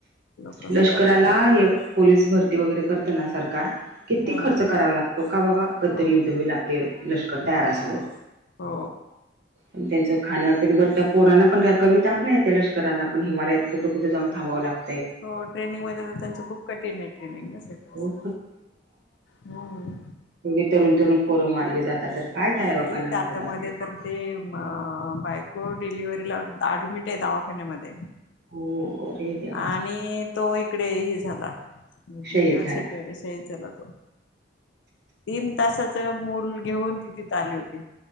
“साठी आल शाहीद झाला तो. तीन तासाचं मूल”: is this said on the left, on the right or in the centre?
Left